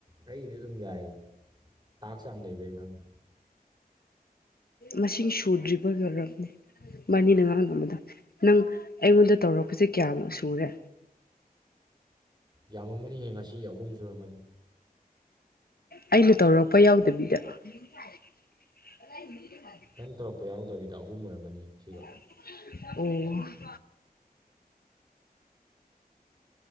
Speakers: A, on the right (about 25°); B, on the left (about 75°).
A: ꯑꯩꯒꯤꯗꯤ ꯑꯗꯨꯝ ꯌꯥꯏꯌꯦ ꯇꯥꯛꯁ ꯌꯥꯝ ꯂꯩꯕꯩ ꯈꯪꯗꯦ
B: ꯃꯁꯤꯡ ꯁꯨꯗ꯭ꯔꯤꯕ <unintelligible> ꯃꯥꯅꯤ ꯅ ꯉꯥꯡ ꯅꯝꯕꯗ ꯅꯪ ꯑꯩꯉꯣꯟꯗ ꯇꯧꯔꯛꯄꯁꯦ ꯀꯌꯥꯃꯨꯛ ꯁꯨꯔꯦ
A: ꯌꯥꯝꯃ ꯃꯅꯤꯍꯦ ꯉꯁꯤ ꯑꯍꯨꯝ ꯁꯨꯔꯝꯃꯅꯤ
B: ꯑꯩꯅ ꯇꯧꯔꯛꯄ ꯌꯥꯎꯗꯕꯤꯗ <unintelligible>
A: ꯅꯪ ꯇꯧꯔꯛꯄ ꯌꯥꯎꯗꯕꯤꯗ ꯑꯍꯨꯝ ꯑꯣꯏꯔꯝꯃꯅꯤ ꯁꯤꯒ
B: ꯑꯣ